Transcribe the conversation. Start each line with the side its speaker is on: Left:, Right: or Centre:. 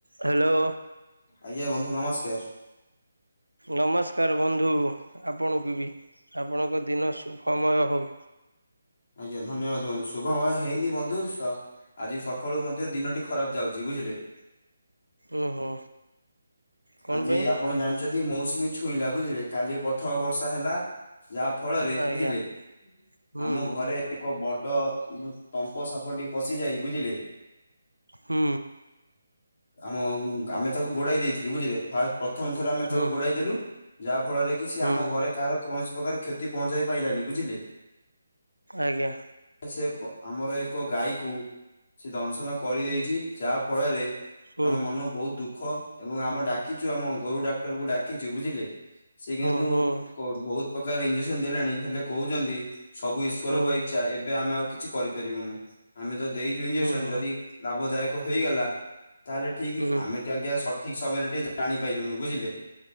Right: Hello.
Left: ଆଜ୍ଞା ବନ୍ଧୁ ନମସ୍କାର।
Right: ନମସ୍କାର ବନ୍ଧୁ ଆପଣଙ୍କୁ ବି ଆପଣଙ୍କ ଦିନ ସୁୁଭମୟ ହଉ।
Left: ଆଜ୍ଞା ଧନ୍ୟବାଦ ବନ୍ଧୁ ଶୁଭମୟ ହେଇନି ବନ୍ଧୁ ସହ ଆଜି ସକାଳୁ ମଧ୍ୟ ଦିନଟି ଖରାପ ଯାଉଛି ବୁଝିଲେ।
Right: ଉ ହୁଁ। କଣ
Left: ଆଜି
Right: ପାଇଁ
Left: ଆପଣ ଜାଣିଛନ୍ତି ମୌସୁମୀ ଛୁଇଁଲା ବୁଝିଲେ କାଲି ପଥମ ବର୍ଷା ହେଲା। ଯାହା ଫଳରେ
Right: ଆଜ୍ଞା।
Left: ବୁଝିଲେ
Right: ହୁଁ
Left: ଆମ ଘରେ ଏକ ବଡ ଉ ତମ୍ପ ସାପଟି ପଶିଯାଇ ବୁଝିଲେ
Right: ହୁଁ।
Left: ଆମ ଆମେ ତାକୁ ଗୋଡାଇ ଦେଇଥିଲୁ ବୁଝିଲେ ଫା ପ୍ରଥମ ଥର ଆମେ
Right: ହୁଁ
Left: ତାକୁ ଗୋଡାଇ ଦେଲୁ ଯାହା ଫଳରେ କି ସେ
Right: ହୁଁ
Left: ଆମ ଘରେ କାହାର କୌଣସି ପ୍ରକାର କ୍ଷତି ପହଞ୍ଚାଇ ପାଇଲାନି ବୁଝିଲେ।
Right: ଆଜ୍ଞା।
Left: ସେ ଆମର ଏକ ଗାଈକୁ ସେ ଦଂଶନ କରିଦେଇ ଚି ଯାହା ଫଳରେ
Right: ହୁଁ
Left: ଆମ ମନ ବହୁତ ଦୁଃଖ। ଏବଂ ଆମେ ଡାକିଛୁ ଆମ ଗୋରୁ ଡାକ୍ତରକୁ ଡାକିଛୁ ବୁଝିଲେ ସେ କିନ୍ତୁ
Right: ହୁଁ ହୁଁ ହୁଁ।
Left: କ ବହୁତ ପ୍ରକାର ଇଞ୍ଜେକ୍ସନ ଦେଲାଣି ହେଲେ କହୁଛନ୍ତି ସବୁ ଈଶ୍ଵରଙ୍କ
Right: ହୁଁ
Left: ଇଚ୍ଛା ଏବେ ଆମେ ଆଉ କି କିଛି କରିପାରିବୁନୁ ଆମେ ତ ଦେଇଛୁ ଇଞଜେକ୍ସନ
Right: ହୁଁ
Left: ଯଦି ଲାଭ ଦାୟକ ହେଇଗଲା ତାହେଲେ ଠିକ
Right: ହୁଁ ହୁଁ
Left: ଆମେ ତ ଆଜ୍ଞା ସଠିକ ସମୟରେ ଟିକେ ଜାଣି ପାଇଲୁନୁ ବୁଝିଲେ।